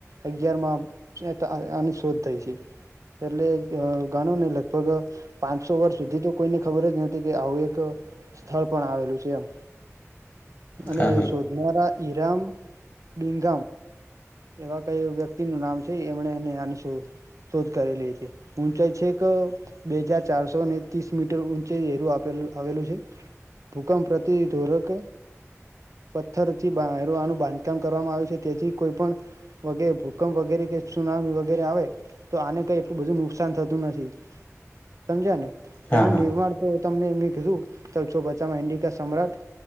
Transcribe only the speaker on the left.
હા
હા હા